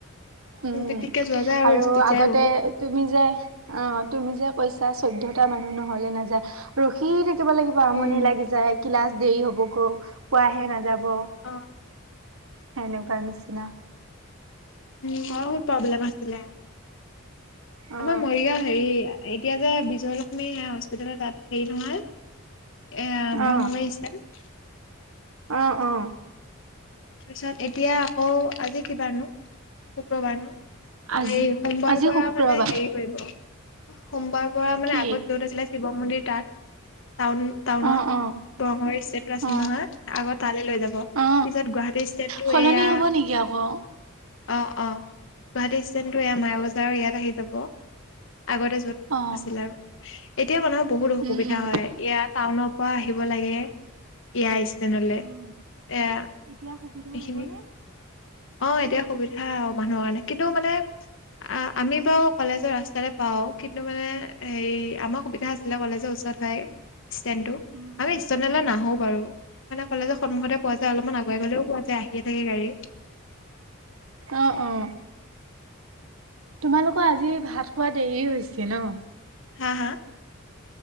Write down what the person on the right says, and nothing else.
উম
আৰু
আগতে
তুমি যে অ তুমি যে কৈছ। চৈধ্য়টা মানুহ নহলে নাযায় ৰখি থাকিব লাগিব আমনি
লাগি যায়। ক্লাছ দেৰি হ'ব গ পোৱাহে নাযাব।
এনেকুৱাৰ নিচিনা
অ
অ
অ অ
আজি
আজি
শুক্ৰবাৰ
কি
অ অ
অ
অ
সলনি
হ'ব নেকি আকৌ
অ
উম উম
উম
এতিয়া সুবিধা
হ'ব নে
উম উম
অ অ তোমালোকৰ আজি ভাত খোৱা দেৰি হৈছে ন।